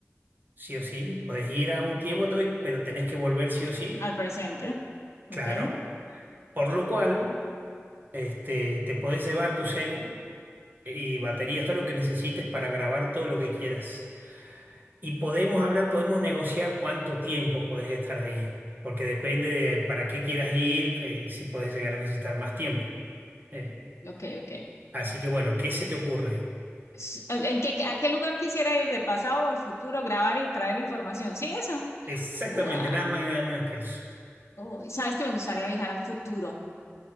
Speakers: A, on the right; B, on the left.
A: sí o sí. Podés ir a un tiempo, todo, y- pero tenés que volver sí o sí,
B: Al presente,
A: claro.
B: ¿ok?
A: Por lo cual, este, te podés llevar tu celu y baterías, todo lo que necesites para grabar todo lo que quieras. Y podemos hablar, podemos negociar cuánto tiempo podés estar ahí, porque depende de para qué quieras ir, que si podés llegar a necesitar más tiempo. Eh,
B: Ok, ok.
A: así que bueno, ¿qué se te ocurre?
B: S- eh, ¿En qué, a qué lugar quisiera ir de pasado o al futuro, grabar y traer información? ¿Sí, eso?
A: Exactamente,
B: Guau.
A: nada más y nada menos que eso.
B: Uy, ¿sabes que me gustaría viajar al futuro?